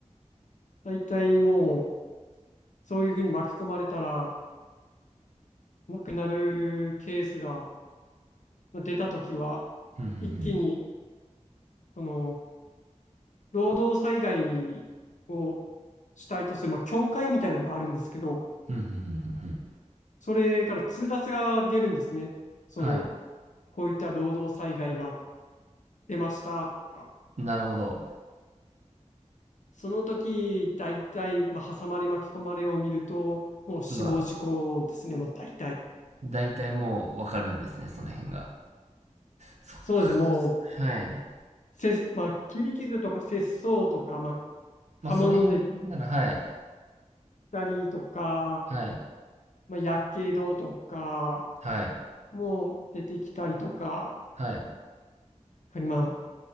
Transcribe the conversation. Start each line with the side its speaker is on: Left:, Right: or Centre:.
Left: 大体もう、そういうふうに巻き込まれたら、亡くなるケースがまあ出たときは、
Right: うんうん
Left: 一気に、その、労働災害を主体とする、まあ、協会みたいのがあるんですけど、
Right: うん。うんうんうんうんうん。
Left: それから通達が出るんですね。その、
Right: はい。
Left: こういった労働災害が出ましたとか、
Right: なるほど。
Left: その時、大体、まあ、挟まれ巻き込まれを見ると、もう死亡事故ですね、
Right: うわ。
Left: もう大体。
Right: だいたいもうわかるんですね、その辺が。そっか。
Left: そうです、もう、
Right: はい。
Left: せ、まあ、切り傷とか切創とか、まあ、刃物で切っ
Right: まあ、それ辺なら、はい。
Left: たりとか、
Right: はい。
Left: まあ、やけどとか、
Right: はい。
Left: もう出てきたりとか、
Right: はい。
Left: やはりまあ、